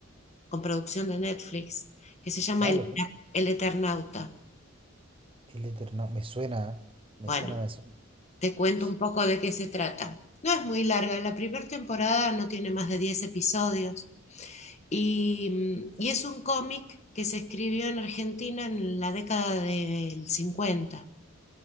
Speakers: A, on the left; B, on the right.
A: con producción de Netflix, que se llama
B: Ah,
A: El,
B: perfecto.
A: El Eternauta.
B: El Eterno, me suena, ¿eh? me
A: Bueno,
B: suena, me suena.
A: Te cuento
B: Sí,
A: un poco de qué se trata. No es muy larga, la primera temporada no tiene más de 10 episodios y, mm, y es un cómic que se escribió en Argentina en la década del 50.